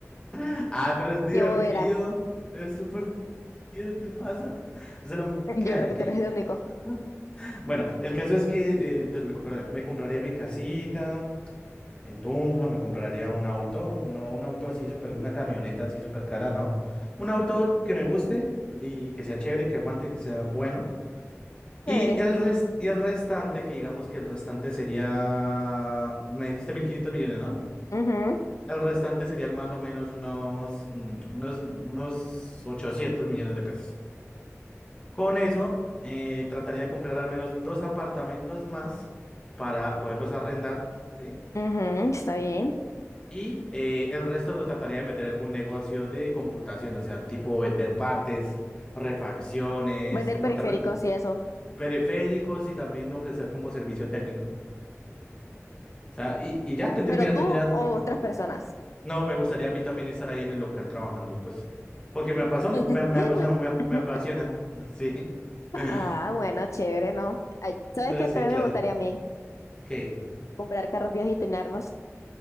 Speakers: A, on the left; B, on the left.
A: <laughs> ah, pero es divertido,
B: Qué bobera.
A: es súper divertido, ¿qué te pasa? Es de lo mejor
B: <laughs> Yo
A: que hay,
B: creo
A: ¿ok?
B: que tú eres el único.
A: <laughs> Bueno, el caso es que eh, entonces me compra- me compraría mi casita en Tunja, me compraría un auto, no un auto así súper, una camioneta así súper cara, no. Un auto que me guste y que sea chévere, que aguante, que sea bueno.
B: Chévere.
A: Y el res- y el restante, que digamos que el restante sería, me dijiste 1.500 millones, ¿no?
B: Ujú,
A: El restante serían más o menos unos, mm, unos, unos 800 millones de pesos. Con eso, eh, trataría de comprar al menos dos apartamentos más para poderlos arrendar, ¿sí?
B: ujú, está bien.
A: Y eh, el resto lo trataría de meter en algún negocio de computación, o sea, tipo vender partes, refacciones,
B: Vender
A: montarme
B: periféricos y eso.
A: periféricos y también ofrecer como servicio técnico. O sea, y, y ya tendría,
B: ¿Pero
A: mira,
B: tú
A: tendría,
B: o otras personas?
A: no, me gustaría a mí también estar ahí en el local trabajando, pues, porque me apasiona, me,
B: <laughs>
A: me- o sea, me, me apasiona, sí. <laughs>
B: Ah, bueno, chévere, ¿no? Ay, ¿sabes
A: Entonces,
B: qué? También
A: sí, claro.
B: me gustaría a mí
A: ¿Qué?
B: comprar carros viejos y tunearlos.